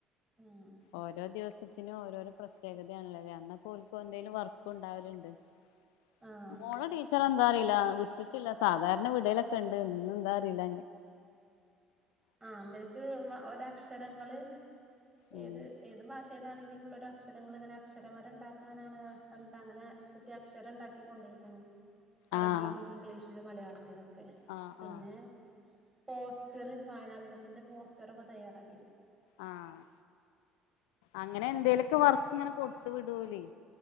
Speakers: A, on the right; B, on the left.
A: ഉം
B: ഓരോ ദിവസത്തിനും ഓരോരോ- പ്രത്യേകതയാണല്ലോ അല്ലിയോ അന്നൊക്കെ - ഓലിക്ക് എന്തേലും
A: ഉം
B: വർക്കുണ്ടാവലുണ്ട് ഏഹ്
A: ആഹ്
B: മോളെ ടീച്ചർ എന്താ അറിയും ഇല്ല വിട്ടിട്ടില്ല സാധാരണ വിടലൊക്കെ ഇണ്ട് ഇന്ന് എന്താന്നറിയില്ല
A: ആ ഒന്നരക്ക് ഒരാ- അക്ഷരങ്ങള്
B: ഉം
A: ഏത് ഏത് ഭാഷയിലാണെങ്കി- ലുള്ള അക്ഷരങ്ങളിങ്ങനെ അക്ഷരമര ഇണ്ടാക്കാനാണ് <unintelligible> അങ്ങനെ കുട്ടി അക്ഷരം ഇണ്ടാക്കി കൊണ്ടയ്ക്കുണു. അറബിലും
B: ആഹ്
A: ഇംഗ്ലീഷ് ലും മലയാളത്തിലും ക്കെ
B: ആഹ്
A: പിന്നെ
B: ആഹ്
A: പോസ്റ്ററ് വായനാദിനത്തിന്റെ പോസ്റ്ററൊക്കെ തയ്യാറാ
B: ആഹ് അങ്ങനെ എന്തേലൊ ക്ക വർക്കിങ്ങനെ കൊടുത്തു വിടോ ലെ.